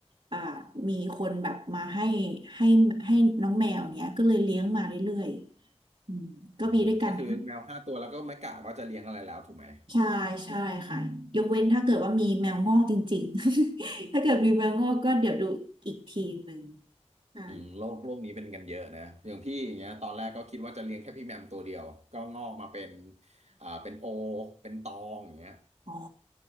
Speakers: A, on the right; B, on the right.
A: อ่ามีคนแบบมาให้ให้ให้น้องแมวเนี้ยก็เลยเลี้ยงมาเรื่อยๆอืมก็มีด้วยกันนะ
B: อืมก็คือแมวห้าตัวแล้วก็ไม่กะว่าจะเลี้ยงอะไรแล้วถูกไหม
A: ใช่ใช่ค่ะยกเว้นถ้าเกิดว่ามีแมวงอกจริงๆ <laughs> ถ้าเกิดมีแมวงอกก็เดี๋ยวดูอีกทีหนึ่งใช่
B: อืมโลกโลกนี้เป็นกันเยอะนะอย่างพี่อย่างเงี้ยตอนแรกก็คิดว่าจะเลี้ยงแค่พี่แมมตัวเดียวก็งอกมาเป็นอ่าเป็นโอเป็นตองอย่างเงี้ย
A: อ๋อ